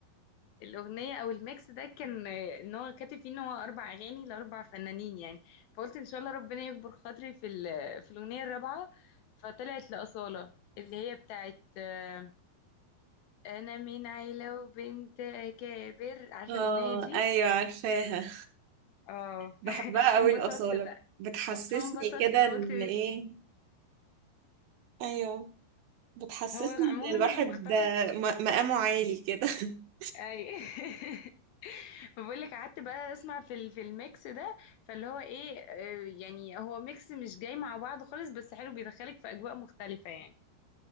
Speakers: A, on the left (about 70°); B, on the right (about 70°).
A: الأغنية أو الميكس ده كان آه، إن هو كاتب فيه إن هو أربع أغاني لأربع فنانين يعني فقلت إن شاء الله ربنا يكبر خاطري في ال- في الأغنية الرابعة فطلعت لأصالة اللي هي بتاعت آه، أنا من عيلة وبنت أكابر عارفة
B: اه
A: الأغنية دي؟
B: ايوه عارفاها
A: اه
B: بحبها
A: <laughs>
B: قوي
A: انبسطت
B: الاصاله
A: بقى
B: بتحسسني
A: فانبسطت
B: كده
A: بقى
B: ان
A: قلت
B: ايه ايوه بتحسسني
A: هو عموما
B: ان الواحد
A: اللي مختار
B: ده م- مقامه عالي كده <laughs>
A: أي <laughs> فبقول لك قعدت بقى اسمع في ال- في الميكس ده فاللي هو ايه آه، يعني هو ميكس مش جاي مع بعض خالص بس حلو بيدخلك في اجواء مختلفة يعني